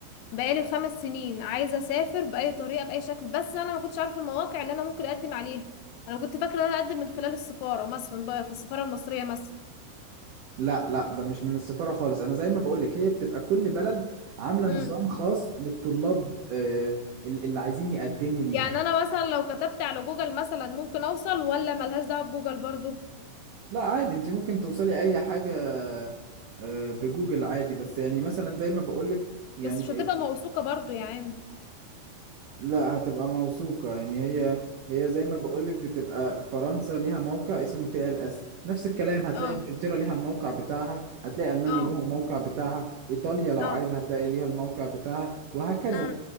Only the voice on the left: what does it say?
بقالي خمس سنين عايزه اسافر باي طريقه باي شكل بس انا ما كنتش عارفه المواقع اللي انا ممكن اقدم عليها انا كنت فاكره ان انا اقدم من خلال السفاره مثلا بقى في السفاره المصريه مثلا
امم
يعني انا مثلا لو كتبت على جوجل مثلا ممكن اوصل ولا ملهاش دعوه بجوجل برضو
بس مش هتبقى موثوقه برضو يا عم
اه
اه
اه
امم